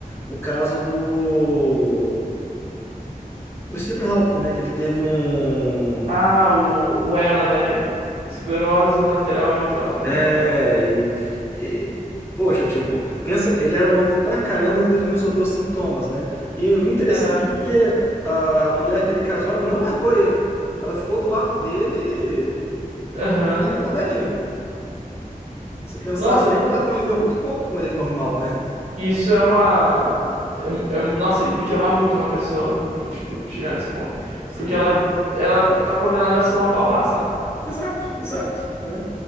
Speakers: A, on the left; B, on the right.
A: O caso do, do Stephen Hawking, né? Que ele teve um.
B: Ah, o, o ELA, né? Esclerose lateral amiotrófica,
A: É,
B: né? O-
A: e, e, poxa, tipo, pensa, ele era novo pra caramba quando ele começou a ter os sintomas, né? E o interessante
B: Aham.
A: é que a mulher que ele casou, ela não largou ele. Ela ficou do lado dele
B: Aham.
A: e ele fica velhinho. Se pensar
B: Nossa,
A: bem,
B: i-
A: ela conviveu
B: i-
A: muito pouco com ele normal, né?
B: isso é uma. é- é- nossa, tem que amar muito uma pessoa pra, tipo, chegar nesse ponto.
A: Sim,
B: Porque ela, ela tá condenada a ser uma babá, sabe?
A: exato, exato, né?